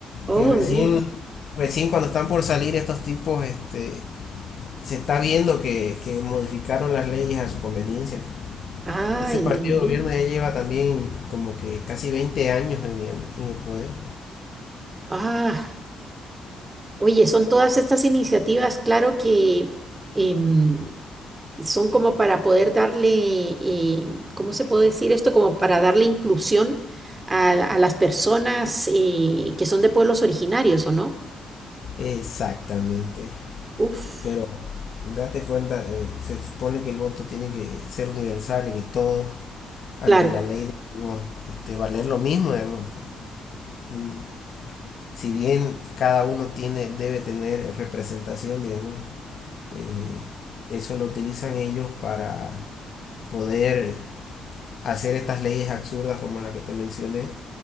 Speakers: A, on the right; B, on the left.
A: Oh,
B: que recién,
A: Dios.
B: recién cuando están por salir estos tipos, este se está viendo que, que modificaron las leyes a su conveniencia.
A: Ay,
B: ese partido
A: Dios mío.
B: de gobierno ya lleva también como que casi 20 años en el, en el poder.
A: Ah, oye, son todas estas iniciativas, claro que, em, son como para poder darle, eh, ¿cómo se puede decir esto? Como para darle inclusión a, la- a las personas eh, que son de pueblos originarios, ¿o no?
B: Exactamente.
A: Uf,
B: Pero date cuenta, eh, se supone que el voto tiene que ser universal y que todos ante
A: claro,
B: la ley debemos este, valer lo mismo. Digamos. O sea, mm, si bien cada uno tiene, debe tener representación, digamos, eh, eso lo utilizan ellos para poder hacer estas leyes absurdas como la que te mencioné